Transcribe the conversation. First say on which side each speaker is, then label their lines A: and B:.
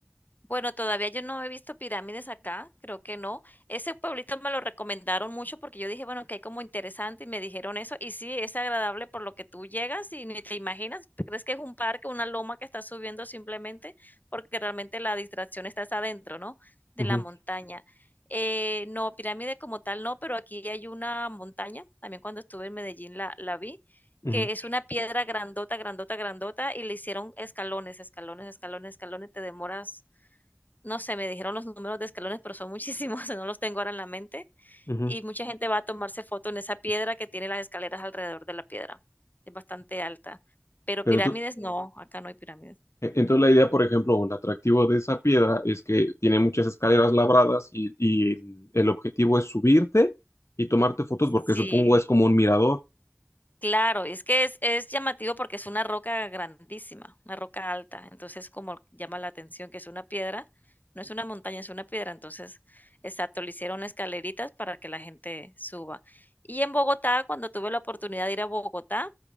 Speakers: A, on the left (about 40°); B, on the left (about 80°).
A: Bueno, todavía yo no he visto pirámides acá, creo que no. Ese pueblito me lo recomendaron mucho porque yo dije, bueno, que hay como interesante y me dijeron eso. Y sí, es agradable por lo que tú llegas y ni te imaginas, te crees que es un parque, una loma que estás subiendo simplemente porque realmente la distracción está hasta adentro, ¿no? De
B: Ujú,
A: la montaña. Eh, no, pirámide como tal no, pero aquí hay una montaña, también cuando estuve en Medellín la, la vi,
B: ujú,
A: que es una piedra grandota, grandota, grandota y le hicieron escalones, escalones, escalones, escalones, te demoras no sé, me dijeron los números de escalones, pero son muchísimos, <laughs> no los tengo ahora en la mente.
B: ujú.
A: Y mucha gente va a tomarse foto en esa piedra que tiene las escaleras alrededor de la piedra. Es bastante alta. Pero
B: Pero
A: pirámides
B: tú-
A: no, acá no hay pirámides.
B: E- Entonces la idea, por ejemplo, o el atractivo de esa piedra es que tiene muchas escaleras labradas y, y el, el objetivo es subirte y tomarte fotos porque
A: Sí,
B: supongo es como un mirador.
A: claro, es que es es llamativo porque es una roca grandísima, una roca alta, entonces como llama la atención que es una piedra, no es una montaña, es una piedra, entonces, exacto, le hicieron escaleritas para que la gente suba. Y en Bogotá, cuando tuve la oportunidad de ir a Bogotá,